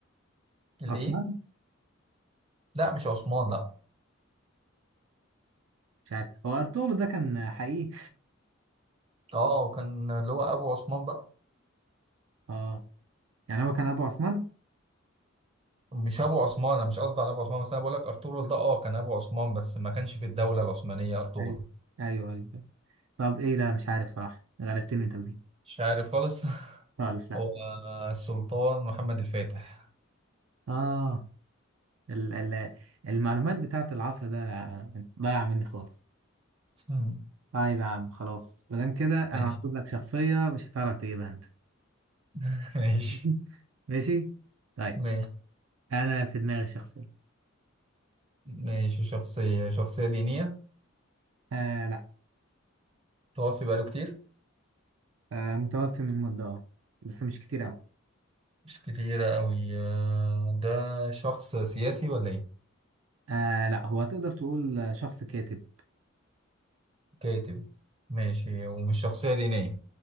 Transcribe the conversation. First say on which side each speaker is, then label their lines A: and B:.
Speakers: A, on the right (about 30°); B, on the right (about 70°).
A: الإيه؟
B: عثمان؟
A: لا مش عثمان لا
B: مش عارف هو أرطغرل ده كان حقيقي؟
A: اه وكان اللي هو ابو عثمان بقى
B: أه يعني هو كان أبو عثمان؟
A: مش ابو عثمان انا مش قصدي على ابو عثمان بس انا بقول لك ارطغرل ده اه كان ابو عثمان بس ما كانش في الدوله العثمانيه ارطغرل
B: أيوه أيوه أيوه طب إيه لا مش عارف صراحة غلبتني أنت بدي
A: مش عارف خالص <laughs>
B: خالص لا
A: هو السلطان محمد الفاتح
B: أه ال ال المعلومات بتاعت العصر ده ضايعة مني خالص
A: مم.
B: طيب يا عم خلاص مادام كده انا
A: ماشي
B: هجيب لك شخصية مش هتعرف تجيبها انت
A: <laughs> ماشي
B: <laughs> ماشي طيب
A: ماشي
B: انا في دماغي شخصية
A: ماشي شخصيه شخصيه دينيه
B: آه لا
A: توفي بقاله كتير
B: آه متوفي من مدة اه بس مش كتير اوي
A: مش كتيرة أوي آه، ده شخص سياسي ولا إيه؟
B: آه لا هو تقدر تقول آه، شخص كاتب
A: كاتب ماشي ومش شخصية دينية